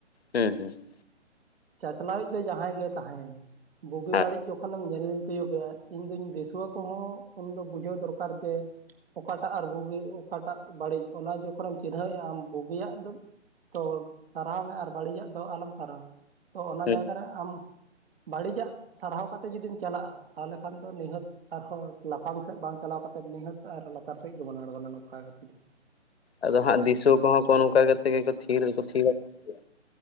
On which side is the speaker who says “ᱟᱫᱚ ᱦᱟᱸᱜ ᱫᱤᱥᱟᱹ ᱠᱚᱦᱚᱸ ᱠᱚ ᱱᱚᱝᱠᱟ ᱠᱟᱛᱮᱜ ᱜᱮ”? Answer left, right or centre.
Left